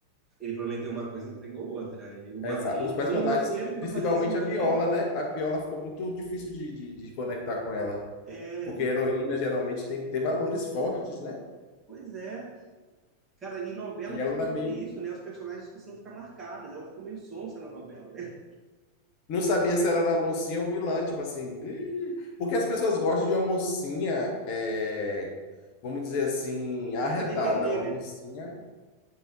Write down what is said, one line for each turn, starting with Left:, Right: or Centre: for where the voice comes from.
Right: ele prometeu uma coisa e entregou outra. E uma-
Left: Exato.
Right: um,
Left: Os personagens,
Right: um roteiro que
Left: principalmente
Right: não fazia sentido.
Left: a Viola, né? A Viola ficou muito difícil de, de de conectar com ela.
Right: É,
Left: Porque
Right: de-
Left: heroína geralmente tem que ter valores fortes, né?
Right: pois é. Cara, e novela
Left: E
Right: é justamente
Left: ela era meio.
Right: isso, né? Os personagens precisam ficar marcados. Ela ficou meio sonsa na novela, né?
Left: Não sabia se ela era mocinha ou vilã, tipo assim. "Ih", Porque as pessoas gostam de uma mocinha, é, vamos dizer assim,
Right: <laughs>
Left: arretada,
Right: Pra defender,
Left: uma
Right: né?
Left: mocinha